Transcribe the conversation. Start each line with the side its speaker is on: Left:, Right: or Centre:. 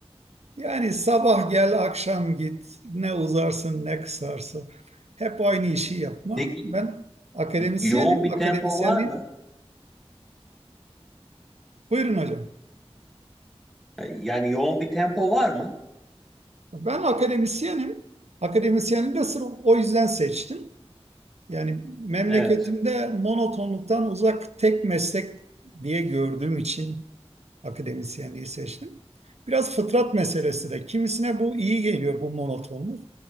Right: Yani sabah gel, akşam git. Ne uzarsın, ne kısarsın. Hep aynı işi yapma.
Centre: Peki
Right: Ben akademisyenim.
Centre: yoğun bir
Right: Akademisyenliğin...
Centre: tempo var mı?
Right: Buyurun hocam.
Centre: Yani yoğun bir tempo var mı?
Right: Ben akademisyenim. Akademisyenliği de sırf o yüzden seçtim. Yani memleketimde
Centre: Evet.
Right: monotonluktan uzak tek meslek diye gördüğüm için akademisyenliği seçtim. Biraz fıtrat meselesi de. Kimisine bu iyi geliyor bu monotonluk.